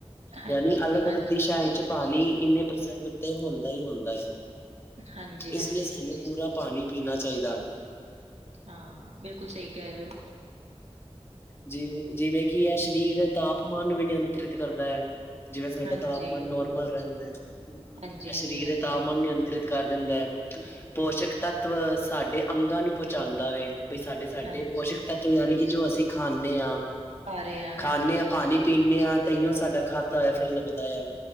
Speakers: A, on the right; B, on the left.
A: ਹਾਂਜੀ
B: ਯਾਨੀ
A: ਜੀ
B: ਅਲੱਗ-ਅਲੱਗ
A: ਹਾਂਜੀ
B: ਦਿਸ਼ਾ ਵਿੱਚ ਪਾਨੀ ਇੰਨੇ ਪਰਸੈਂਟ ਤੇ ਹੁੰਦਾ ਈ ਹੁੰਦਾ ਐ।
A: ਹਾਂਜੀ, ਹਾਂਜੀ,
B: ਇਸ ਲੀਏ ਸਾਨੂੰ
A: ਹਾਂਜੀ,
B: ਪੂਰਾ ਪਾਨੀ ਪੀਨਾ ਚਾਈਦਾ।
A: ਹਾਂ ਬਿਲਕੁਲ ਸਈ ਕੈ ਰਏ ਓਂ।
B: ਜਿਵੇਂ-ਜਿਵੇਂ ਕੀ ਐ ਸਰੀਰ ਤਾਪਮਾਨ ਨੂੰ ਵੀ ਨਿਯੰਤਰਿਤ ਕਰਦਾ ਐ। ਜਿਵੇਂ ਸਾਡਾ
A: ਹਾਂਜੀ,
B: ਤਾਪਮਾਨ ਨੋਰਮਲ ਰੈਂਦੈ,
A: ਹਾਂਜੀ,
B: ਸਰੀਰ
A: ਹਾਂਜੀ, ਹਾਂਜੀ,
B: ਦੇ ਤਾਪਮਾਨ
A: ਹਾਂਜੀ,
B: ਨਿ ਯੰਤਰਿਤ ਕਰ ਦਿੰਦਾ ਐ, ਪੋਸ਼ਕ ਤੱਤਵ ਸਾਡੇ ਅੰਗਾਂ ਨੂੰ ਪੋਂਚਾਂਦਾ ਵੇ। ਬਈ ਸਾਡੇ-ਸਾਡੇ
A: ਹਾਂਜੀ।
B: ਪੋਸ਼ਿਕ ਤੱਤਵ ਯਾਨੀ ਕੀ ਜੋ ਅਸੀਂ ਖਾਂਨੇ ਆਂ।
A: ਆ ਰਹੇ ਆ ਹਾਂਜੀ,
B: ਖਾਣੇ ਆ, ਪਾਣੀ
A: ਹਾਂਜੀ
B: ਪੀਣੇ ਆ ਤਈਓ ਸਾਡਾ ਖਾਦਾ ਹੋਇਆ ਫੇਰ ਲੱਗਦਾ ਆ।